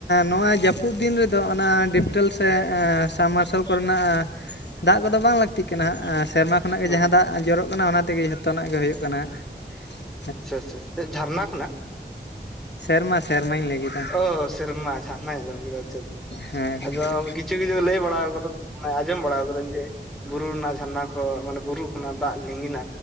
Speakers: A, on the left (about 85°); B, in the centre.
A: ᱱᱚᱣᱟ ᱡᱟᱹᱯᱩᱫ ᱫᱤᱱ ᱨᱮᱫᱚ ᱚᱱᱟ ᱰᱤᱯᱴᱮᱞ ᱥᱮ ᱥᱟᱢᱢᱟᱨᱥᱟᱞ ᱠᱚᱨᱮᱱᱟᱜ ᱫᱟᱜ ᱠᱚᱫᱚ ᱵᱟᱝ ᱞᱟᱹᱠᱛᱤᱜ ᱠᱟᱱᱟ ᱟᱸ ᱥᱮᱨᱢᱟ ᱡᱚᱛᱚ ᱠᱷᱚᱱᱟᱜ ᱜᱮ
B: ᱦᱮᱸ
A: ᱡᱟᱦᱟᱸ ᱫᱟᱜ ᱡᱚᱨᱚᱜ ᱠᱟᱱᱟ ᱚᱱᱟ ᱛᱮᱜᱮ ᱡᱷᱚᱛᱚᱱᱟᱜ ᱜᱮ ᱦᱩᱭᱩᱜ ᱠᱟᱱᱟ ᱦᱟᱸᱜ
B: ᱟᱪᱪᱷᱟ ᱟᱪᱪᱷᱟ ᱡᱷᱟᱨᱱᱟ ᱠᱷᱚᱱᱟᱜ
A: ᱥᱮᱨᱢᱟ ᱥᱮᱨᱢᱟᱧ ᱞᱟᱹᱭ ᱠᱮᱫᱟ
B: ᱳ ᱥᱮᱨᱢᱟ ᱡᱷᱟᱨᱱᱟᱧ ᱟᱸᱡᱚᱢ ᱠᱮᱫᱟ ᱟᱪᱪᱷᱟ
A: ᱦᱮᱸ ᱜᱚᱝᱠᱮ
B: ᱟᱫᱚ ᱠᱤᱪᱷᱩ ᱠᱤᱪᱷᱩ ᱞᱟᱹᱭ ᱵᱟᱲᱟᱣ ᱠᱟᱫᱟ ᱢᱟᱱᱮ ᱟᱸᱡᱚᱢ ᱵᱟᱲᱟᱣ ᱠᱟᱫᱟᱹᱧ ᱡᱮ ᱵᱩᱨᱩ ᱨᱮᱱᱟᱜ ᱡᱷᱟᱨᱱᱟ ᱠᱷᱚᱜ ᱢᱟᱱᱮ ᱵᱩᱨᱩ ᱠᱷᱚᱱᱟᱜ ᱫᱟᱜ ᱞᱤᱸᱜᱤᱱᱟ